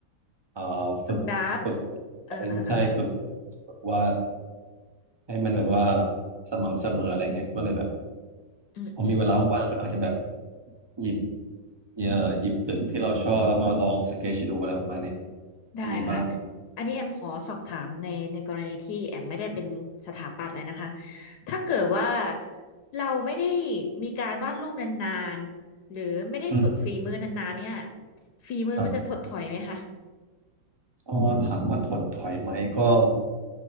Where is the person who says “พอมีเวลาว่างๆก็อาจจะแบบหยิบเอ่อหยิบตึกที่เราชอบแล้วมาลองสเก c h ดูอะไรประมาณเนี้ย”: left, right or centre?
Right